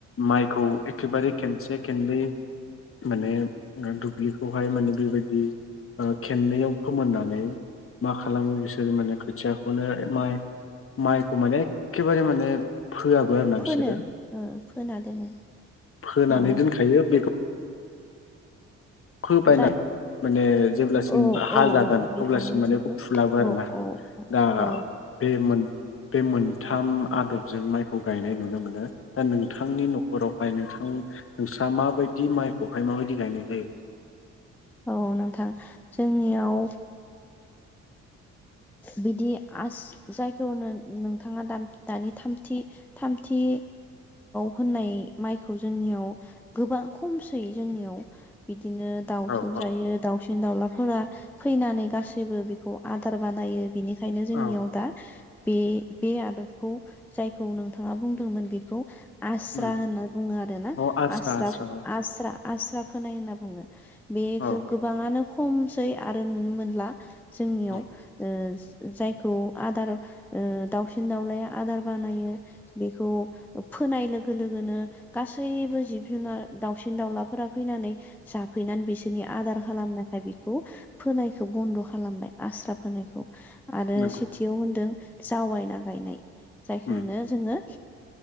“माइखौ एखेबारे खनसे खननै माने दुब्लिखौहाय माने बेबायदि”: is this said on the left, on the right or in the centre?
Left